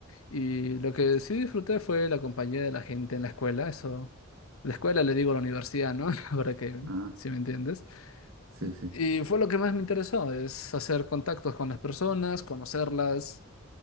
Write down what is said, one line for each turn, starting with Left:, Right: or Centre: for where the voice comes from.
Left: Y lo que sí disfruté fue la compañía de la gente en la escuela, eso, la escuela le digo a la universidad, ¿no? <laughs> Para que,
Right: ah,
Left: si me entiendes.
Right: sí, sí.
Left: Y fue lo que más me interesó, es hacer contactos con las personas, conocerlas,